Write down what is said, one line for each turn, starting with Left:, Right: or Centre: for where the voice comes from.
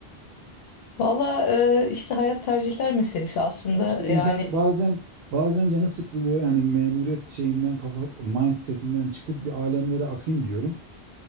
Left: valla e, işte hayat tercihler meselesi aslında
Right: Ya işte insanın
Left: yani
Right: bazen bazen canı sıkılıyor. Yani memuriyet şeyinden kafa mindsetinden çıkıp bir alemlere akayım diyorum.